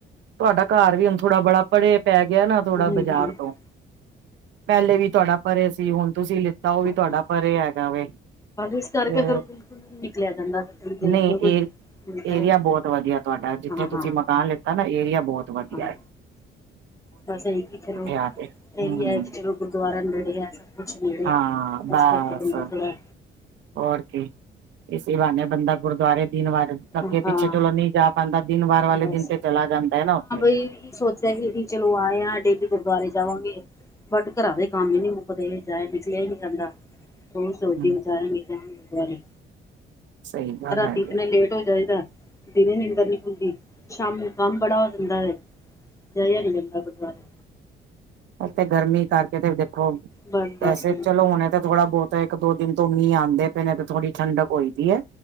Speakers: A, on the right; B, on the left.
A: ਤੁਹਾਡਾ ਘਰ ਵੀ ਹੁਣ ਥੋੜਾ ਬੜਾ ਪਰੇ ਪੈ ਗਿਆ ਨਾ ਥੋੜਾ
B: ਹੂੰ
A: ਬਾਜ਼ਾਰ
B: ਹੂੰ
A: ਤੋਂ ਪਹਿਲੇ ਵੀ ਤੁਹਾਡਾ ਪਰੇ ਸੀ ਹੁਣ ਤੁਸੀਂ ਲਿੱਤਾ ਉਹ ਵੀ
B: ਹਾਂ
A: ਤੁਹਾਡਾ ਪਰੇ ਹੈਗਾ ਵੇ
B: ਇਸ ਕਰਕੇ
A: ਤੇ
B: ਫੇਰ ਬਿਲਕੁਲ ਨਿਕਲਿਆ ਜਾਂਦਾ ਫਿਰ ਤੁਸੀਂ ਦੇਖਦੀ
A: ਨਹੀਂ
B: ਹੋ ਕੋਈ
A: ਇਹ
B: ਮਿਲਦਾ
A: ਏਰੀਆ
B: ਹੈ
A: ਬਹੁਤ ਵਧੀਆ ਤੁਹਾਡਾ ਜਿੱਥੇ
B: ਹਾਂ ਹਾਂ
A: ਤੁਸੀਂ ਮਕਾਨ ਲਿੱਤਾ ਨਾ ਏਰੀਆ ਬਹੁਤ ਵਧੀਆ
B: ਹਾਂ
A: ਐ
B: ਬਸ ਇ ਕਿ ਚਲੋ
A: ਆ ਕੇ ਹੂੰ
B: ਏਰੀਆ ਚਲੋ ਗੁਰਦੁਆਰਰਾ ਨੇੜੇ ਹੈ ਇਸ
A: ਹਾਂ ਬਸ
B: ਕਰਕੇ ਬੰਦਾ ਥੋੜਾ
A: ਹੋਰ ਕੀ ਇਸ ਬਾਨੇ ਬੰਦਾ ਗੁਰਦੁਆਰੇ ਦਿਨ ਵਾਰੇ ਅੱਗੇ
B: ਹਾਂ
A: ਪਿੱਛੇ ਚਲੋ ਨਹੀਂ ਜਾ ਬਾਂਦਾ ਦਿਨ ਵਾਰ ਵਾਲੇ
B: ਬਸ
A: ਦਿਨ ਤੇ ਚਲਾ ਜਾਂਦਾ ਹੈ ਨਾ ਉੱਥੇ
B: <unintelligible> ਵੀ ਚਲੋ ਆਏ ਹ ਡੇਲੀ ਗੁਰਦੁਆਰੇ ਜਾਵਾਂਗੇ ਬਟ ਘਰਾਂ ਦੇ ਕੰਮ ਹੀ ਨੀ ਮੁੱਕਦੇ ਚਏ ਨਿਕਲਿਆ ਹੀ ਨੀ ਜਾਂਦਾ ਬਹੁ ਸੋਦ
A: ਹੂੰ
B: <unintelligible>
A: ਸਹੀ ਗੱਲ
B: ਰਾਤੀ
A: ਹੈਗੀ
B: ਈਤਨੇ ਲੇਟ ਹੋ ਜਾਏਦਾ ਦਿਨ ਨੀਦਰ ਨੀ ਖੁਲ਼ਦੀ ਸ਼ਾਮੀ ਕੰਮ ਬੜਾ ਹੁੰਦਾ ਜਇਹਾ ਨਹੀਂ ਜਾਂਦਾ ਗੁਰਦੁਆਰੇ
A: ਤੇ ਗਰਮੀ ਕਰਕੇ ਤੇ ਦੇਖੋ
B: ਬਸ
A: ਵੈਸੇ
B: ਬਸ
A: ਚਲੋ ਹੁਣੇ ਤਾਂ ਥੋੜਾ ਬਹੁਤ ਇੱਕ ਦੋ ਦਿਨ ਤੋਂ ਮੀਂ ਆਂਦੇ ਪਏ ਨੇ ਤੇ ਥੋੜੀ ਠੰਡਕ ਹੋਈਦੀ ਏ